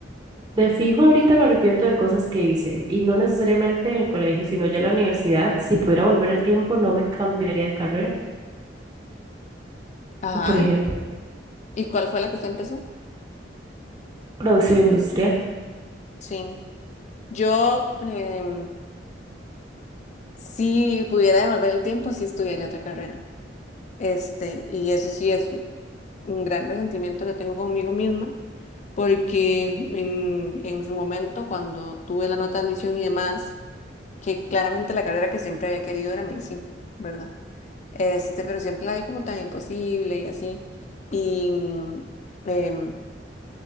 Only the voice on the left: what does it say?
Ajá.
¿Y cuál fue la que usted empezó?
Sí. Yo, em, si pudiera devolver el tiempo, sí estudiaría otra carrera. Este, y eso sí es un gran resentimiento que tengo conmigo misma, porque en, en su momento, cuando tuve la nota de admisión y demás, que claramente la carrera que siempre había querido era medicina, ¿verdad? Este, pero siempre la vi como tan imposible y así. Y mm, em,